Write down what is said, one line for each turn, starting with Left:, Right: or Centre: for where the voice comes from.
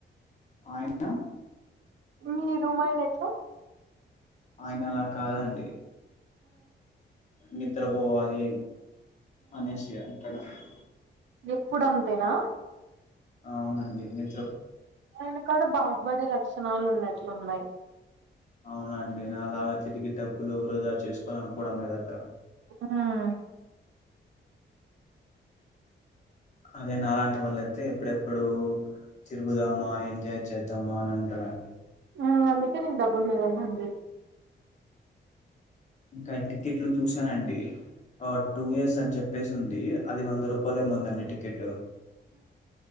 Left: ఆయనా
Right: మీరు మా ఆయన ఎట్లా
Left: ఆయనలా ఆ కాదండి నిద్రపోవాలి అనేసి అంటాదండీ
Right: ఎప్పుడు అంతేనా
Left: అవునండి నిజం
Right: ఆయన కూడాడ బాగుపడే లక్షణాలు ఉన్నట్లున్నాయి
Left: అవునండి నాలాగా తిరిగి డబ్బులు వృదా చేసుకోవాలి అనుకోవడం లేదుఆట
Right: హమ్
Left: అదే నాలాంటి వాళ్ళ అయితే ఎప్పుడెప్పుడు తిరుగుదామా ఎంజాయ్ చేద్దామా అని ఉంటాడంండి
Right: హమ్ అందుకే నేను డబ్బులు మిగల్దండీ
Left: ఇంకా టికెట్లు చూసానండి టూ ఇయర్స్ అని చెప్పేసి ఉంది అది వంద రూపాయలు ఏమందండి టికెట్